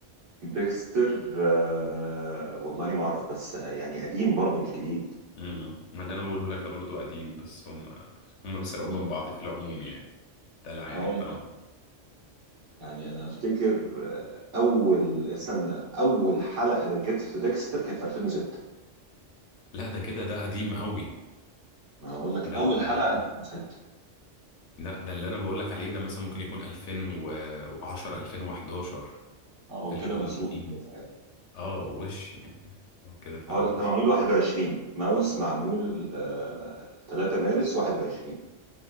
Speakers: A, on the right (about 80°); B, on the left (about 80°).
A: ديكستر آه والله ما اعرف بس يعني قديم برضه مش جديد
B: امم ما اللي انا بقوله لك ده برضو قديم بس هم هم بيسرقوا من بعض في العموم يعني ده العادي
A: هقول
B: بتاعهم
A: يعني انا افتكر اول استنى اول حلقه جت في ديكستر كانت في 2006
B: لا ده كده ده قديم قوي
A: انا هقول لك
B: ده ال...
A: اول حلقه 2006
B: لا ده اللي انا بقول لك عليه ده مثلا ممكن يكون 2010 2011
A: هو
B: في
A: كده
B: الحدود
A: مسروق
B: دي
A: <laughs> منه.
B: اه وش يعني هو كده فعلا
A: اه لا
B: مثلا
A: ده معمول 21 ماوس معمول آه 3 مارس 21